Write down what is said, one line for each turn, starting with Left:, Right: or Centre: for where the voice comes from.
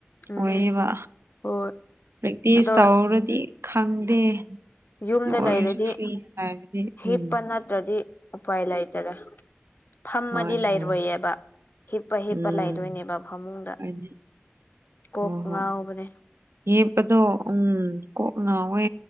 Left: ꯎꯝ
Right: ꯑꯣꯏꯌꯦꯕ
Left: ꯍꯣꯏ
Right: ꯄ꯭ꯔꯦꯛꯇꯤꯁ
Left: ꯑꯗꯣ
Right: ꯇꯧꯔꯗꯤ ꯈꯪꯗꯦ
Left: ꯌꯨꯝꯗ
Right: ꯑꯗꯨ ꯑꯣꯏꯔꯁꯨ
Left: ꯂꯩꯔꯗꯤ
Right: ꯐ꯭ꯔꯤꯅ ꯂꯥꯏꯕꯗꯤ
Left: ꯍꯤꯞꯄ
Right: ꯎꯝ
Left: ꯅꯠꯇ꯭ꯔꯗꯤ ꯑꯄꯥꯥꯏꯂ ꯍꯥꯏꯇꯔ ꯐꯝꯃꯗꯤ
Right: ꯍꯣꯏ
Left: ꯂꯩꯔꯣꯏꯌꯦꯕ
Right: ꯍꯣꯏ
Left: ꯍꯤꯞꯄ ꯍꯤꯞꯄ
Right: ꯎꯝ
Left: ꯂꯩꯗꯣꯏꯅꯦꯕ ꯐꯃꯨꯡꯗ
Right: ꯍꯥꯏꯗꯤ
Left: ꯀꯣꯛ
Right: ꯍꯣꯏ ꯍꯣꯏ
Left: ꯉꯥꯎꯕꯅꯦ
Right: ꯌꯦꯦꯞꯄꯗꯣ ꯎꯝ ꯀꯣꯛ ꯉꯥꯎꯋꯦ